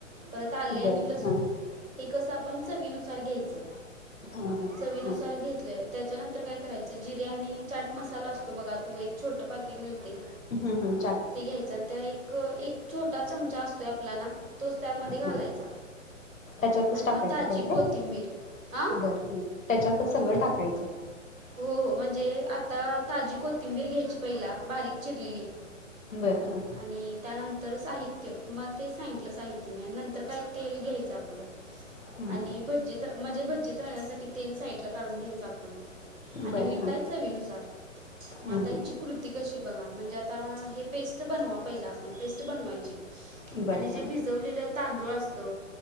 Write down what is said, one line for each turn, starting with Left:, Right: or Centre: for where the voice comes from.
Right: परत आले आणि
Left: बरं
Right: लसूण
Left: हां
Right: हे कसं आपण चवीनुसार घ्यायचं
Left: हां हां
Right: चवीनुसार
Left: हां
Right: घेतलेय त्याच्या नंतर काय करायचं जिर्या आणि चाट मसाला असतो बघा तो एक छोट पाकीट मिळते
Left: हम् हम
Right: ते घ्यायच आणि ते एक एक छोटा चमचा असतोय आपला ना तोच त्यामध्ये घालायचा
Left: हां त्याच्यातच
Right: आणि
Left: टाकायचं
Right: मग ताजी
Left: सगळ
Right: कोथिंबीर हां
Left: बर त्याच्यातच सगळं टाका नाहीच्या
Right: हो हो म्हणजे आता ताजी कोथिंबीर घ्यायची पहिला बारीक चिरलेली
Left: बरं हां
Right: आणि त्यानंतर साहित्य मग ते सांगितलं साहित्य मी आणि नंतर काय तेल घ्यायचं आपलं
Left: हं
Right: आणि भज्जी म्हणजे भजी तळण्यासाठी तेल साइड ला काढून घ्यायच आपण आणि
Left: बरं
Right: मीठ
Left: हां
Right: कायच चवीनुसार मग
Left: हं
Right: आता
Left: हं
Right: हिची कृती कशी बघा म्हणजे आता हे पेस्ट बनवा पहि आपण पेस्ट बनवायची
Left: हं बरं
Right: जे
Left: हां
Right: भिजवले तांदूळ असतो